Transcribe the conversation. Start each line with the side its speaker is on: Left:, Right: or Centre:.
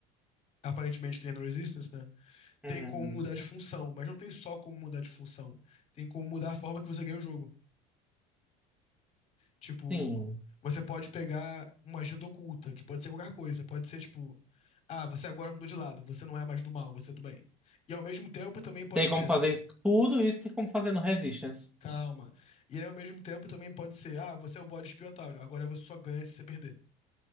Left: aparentemente que ele é no Resistance, né?
Centre: Uhum.
Left: tem como mudar de função, mas não tem só como mudar de função. Tem como mudar a forma que você ganha o jogo. Tipo,
Centre: Sim.
Left: você pode pegar uma agenda oculta, que pode ser qualquer coisa. Pode ser, tipo, ah, você agora mudou de lado, você não é mais do mal, você é do bem. E ao mesmo tempo também pode
Centre: Tem
Left: ser,
Centre: como fazer isso. Tudo isso tem como fazer no Resistance.
Left: calma. E aí, ao mesmo tempo também pode ser, ah, você é o bode expiatório, agora você só ganha se você perder.